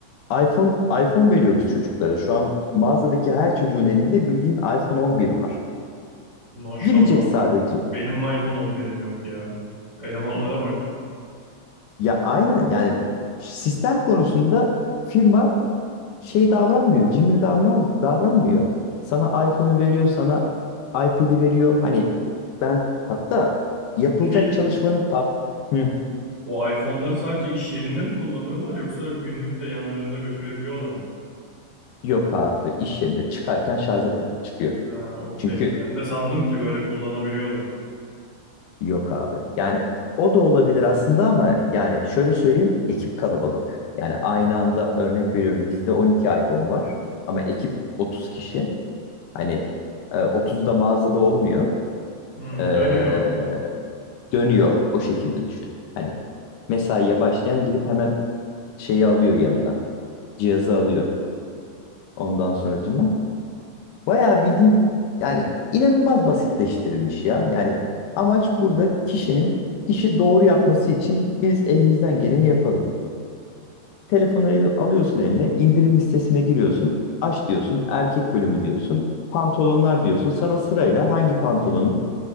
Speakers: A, on the left; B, on the right.
A: iPhone iPhone veriyoruz çocuklara. Şu an mağazadaki her çocuğun elinde bildiğin iPhone 11 var.
B: Maşallah
A: Girecek
B: abi
A: sadece.
B: benim iPhone 11'im yok ya. Elemanlara bak.
A: Ya aynen yani sistem konusunda firma şey davranmıyor. Cimri davran davranmıyor. Sana iPhone'u veriyor, sana iPad'i veriyor. Hani ben hatta yapılacak
B: Bir şey diyeceğim.
A: çalışmanın tab Hı,
B: Bu iPhone'ları sadece iş yerinde mi kullanıyorlar yoksa günlük de yanlarında götürebiliyorlar mı?
A: yok abi iş yerinde çıkarken şarja takıp çıkıyor.
B: Ha, okey.
A: Çünkü
B: Ben de sandım ki böyle kullanabiliyorlar.
A: yok abi. Yani o da olabilir aslında ama yani şöyle söyleyeyim ekip kalabalık. Yani aynı anda örnek veriyorum bizde 12 iPhone var ama ekip 30 kişi. Hani e, 30 da mağazada olmuyor.
B: Hmm,
A: E,
B: dönüyor.
A: dönüyor o şekilde düşün. Hani mesaiye başlayan gidip hemen şeyi alıyor yanına. Cihazı alıyor ondan sonracıma. Bayağı bildiğin yani inanılmaz basitleştirilmiş ya. Yani amaç burada kişinin işi doğru yapması için biz elimizden geleni yapalım. Telefonu alıyorsun eline, indirim listesine giriyorsun. Aç diyorsun, erkek bölümü diyorsun. Pantolonlar diyorsun. Sana sırayla hangi pantolonun